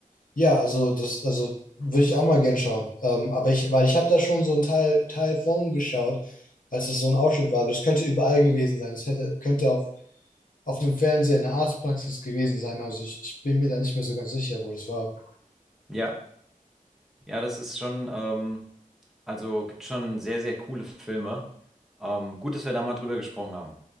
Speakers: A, on the left; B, in the centre.
A: Ja, also das, also würde ich auch mal gern schauen. Ähm, aber ich, weil ich habe da schon so einen Teil, Teil von geschaut, als es so ein Ausschnitt war. Aber das könnte überall gewesen sein. Das hätte, könnte auf, auf einem Fernseher in der Arztpraxis gewesen sein. Also ich, ich bin mir da nicht mehr so ganz sicher, wo das war.
B: Ja, ja, das ist schon. Ähm, Also gibt schon sehr, sehr coole Filme. Ähm, gut, dass wir da mal drüber gesprochen haben.